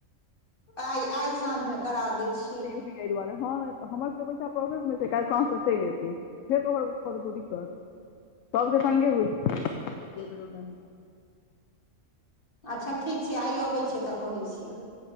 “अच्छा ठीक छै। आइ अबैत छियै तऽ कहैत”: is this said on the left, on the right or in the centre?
Left